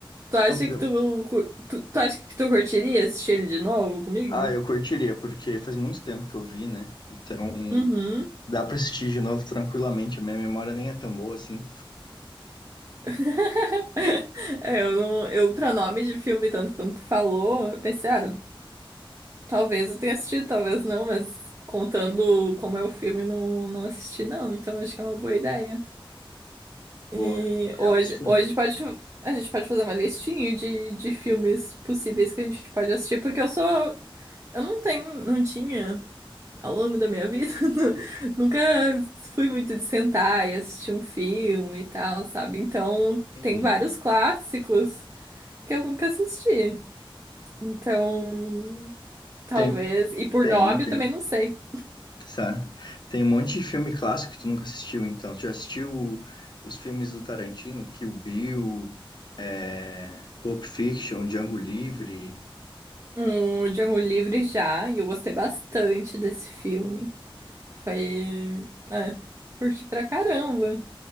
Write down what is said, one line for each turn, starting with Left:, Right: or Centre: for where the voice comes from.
Right: Tu acha
Left: É um filme.
Right: que tu, tu, tu acha que tu curtiria assistir ele de novo comigo?
Left: Ah, eu curtiria, porque faz muito tempo que eu vi, né? Então,
Right: Uhum.
Left: Dá pra assistir de novo tranquilamente. A minha memória nem é tão boa assim.
Right: <laughs> É, eu não, eu pra nome de filme, tanto quanto tu falou, eu pensei, ah, talvez eu tenha assistido, talvez não, mas contando como é o filme, não, não assisti não, então acho que é uma boa ideia. E
Left: Boa. É
Right: hoje,
Left: alto filme.
Right: hoje pode, a gente pode fazer uma listinha de, de filmes possíveis que a gente pode assistir, porque eu sou, eu não tenho, não tinha ao longo da minha vida, <laughs> nunca fui muito de sentar e assistir um filme e tal, sabe? Então
Left: Uhum.
Right: tem vários clássicos que eu nunca assisti. Então, talvez.
Left: Tem,
Right: E por
Left: tem,
Right: nome
Left: tem.
Right: eu também não sei.
Left: Sabe? Tem um monte de filme clássico que tu nunca assistiu, então. Tu já assistiu o- os filmes do Tarantino, Kill Bill, é, Pulp Fiction, Django Livre,
Right: Um, Django Livre já, e eu gostei bastante desse filme. Foi. É, curti pra caramba.